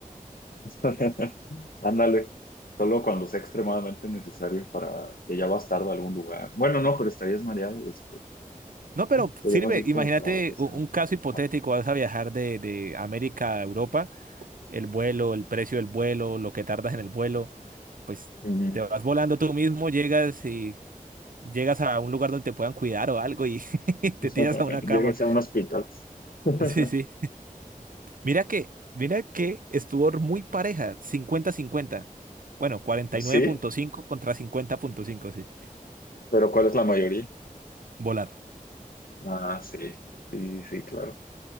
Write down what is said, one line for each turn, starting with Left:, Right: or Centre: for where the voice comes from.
Left: <laughs> Ándale, solo cuando sea extremadamente necesario para que ya vas tarde a algún lugar. Bueno, no, pero estarías mareado después.
Right: No, pero
Left: Sería
Right: sirve,
Left: más bien como
Right: imagínate
Left: para vacacionar.
Right: u- un, caso hipotético,
Left: Ajá.
Right: vas a viajar de, de América a Europa, el vuelo, el precio del vuelo, lo que tardas en el vuelo. pues
Left: Ujú.
Right: te vas volando tú mismo, llegas y llegas a un lugar donde te puedan cuidar o algo y <laughs> te
Left: <laughs>
Right: tiras a una
Left: Llegas
Right: cama.
Left: a un hospital. <laughs>
Right: Sí, sí. Mira que, mira que estuvo muy pareja, cincuenta cincuenta Bueno, cuarenta
Left: Sí,
Right: y nueve punto cinco contra cincuenta punto cinco sí.
Left: pero ¿cuál es la mayoría?
Right: Volar.
Left: Ah, sí, sí, sí, sí, claro.